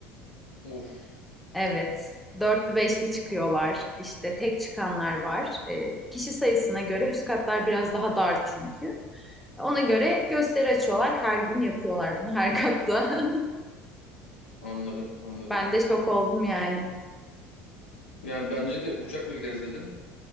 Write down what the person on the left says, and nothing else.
Uf,
vay be.
Anladım, anladım.
Yani bence de uçakla gideriz dedin.